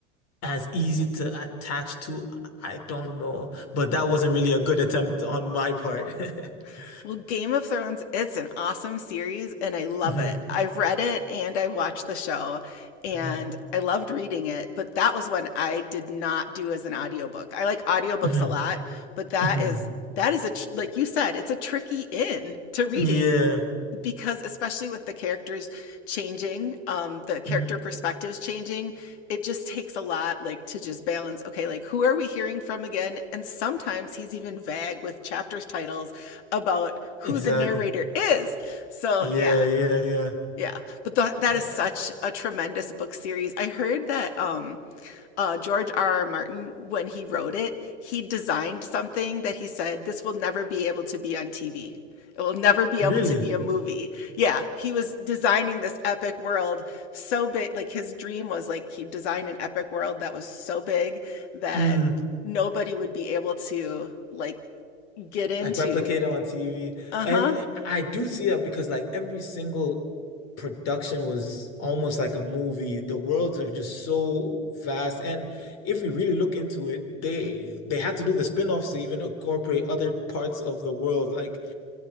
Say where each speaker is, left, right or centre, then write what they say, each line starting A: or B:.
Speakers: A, on the left (about 45°); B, on the left (about 65°).
A: as easy to attach to. I don't know, but that wasn't really a good attempt on my part. <laughs>
B: <laughs> well, Game of Thrones, it's an awesome series and I love
A: hmm
B: it. I've read it and I've watched the show and
A: hmm
B: I loved reading it, but that was one I did not do as an audiobook. I like audiobooks
A: hmm
B: a lot, but that
A: hmm
B: is that is a tr- like you said, it's a tricky in to reading
A: Yeah.
B: because especially with the characters changing um the character
A: hmm
B: perspectives changing it just takes a lot like to just balance okay like who are we hearing from again and sometimes he's even vague with chapters titles about who
A: Exactly.
B: the narrator is so
A: Yeah,
B: yeah
A: yeah, yeah.
B: yeah but that that
A: Uh,
B: is
A: yeah.
B: such a tremendous book series i heard that um uh, George R. R. Martin, when he wrote it, he designed something that he said, this will never be able to be on TV. It will never be
A: Really?
B: able to be a movie. Yeah, he was designing this epic world so big. Like his dream was like he designed an epic world that was so big that
A: Mm,
B: nobody would be able to like get into.
A: like replicate on TV.
B: Uh-huh.
A: And I do see that because like every single production was almost like a movie. The worlds are just so vast. And if we really look into it, they they had to do the spin-offs to even incorporate other parts of the world. Like